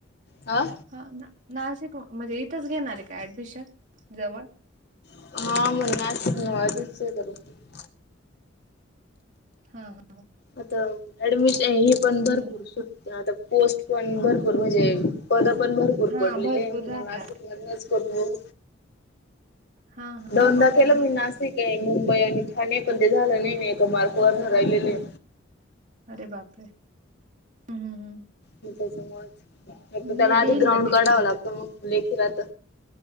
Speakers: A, on the left (about 55°); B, on the right (about 40°).
A: हा
B: हा ना नाशिक म्हणजे इथंच घेणार आहे का ऍडमिशन जवळ
A: हा मला नाशिक <unintelligible>
B: हा हा
A: आता ऍडमिशन हे पण
B: मग काय
A: भरपूर सुट आता पोस्ट पण भरपूर म्हणजे पद पण भरपूर
B: हा
A: पडलेली
B: भरपूर
A: आहे
B: राहतात.
A: नाशिक मधूनच कुठून
B: हा हा
A: दोनदा
B: मग काही
A: केलं
B: नाही
A: मी
B: का
A: ना- शिक आहे मुंबई आणि ठाणे पण ते झालं नाही नाही एका मार्क वरण राहिलेले
B: अरे बापरे हम्म हम्म
A: त्याच मत एक तर
B: नाही
A: त्याला आधी
B: देईल
A: ग्राउंड
B: ना ती
A: काढाव
B: तिला
A: लागतं मग लेखी राहत